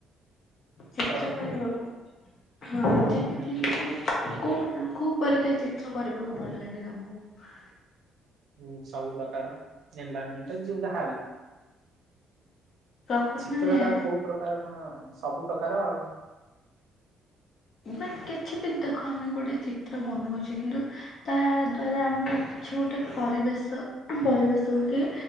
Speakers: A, on the left; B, on the right.
A: ଚିତ୍ର
B: ଡ୍ରଇଂ
A: କରିବାକୁ। ହଁ ଯେମିତି
B: ନାଇଁ
A: ମାନେ କୋଉ କୋଉ ପରିକା ଚିତ୍ର କରିବାକୁ ଭଲ ଲାଗିଲା ତମୁକୁ?
B: ହୁଁ ସବୁ ପକାର ଏନଭାରମେଣ୍ଟ ଯିଏ ଯାହା ବି।
A: ପ୍ରକୃ
B: ଚିତ୍ରରା
A: ମାନେ
B: ଆଉ କୋଉ ପ୍ରକାର କଣ ସବୁ ପ୍ରକାର ଆଉ
A: ମାନେ କିଛି ବି ଦେଖ ଆମେ ଗୋଟେ ଚିତ୍ର ବନଉଚେ କିନ୍ତୁ ତାହା ଦ୍ଵାରା ଆମର କିଛି ଗୋଟେ ପରିବେଶ ଉଁହୁଁ ପରିବେଶ ହୋଉ କି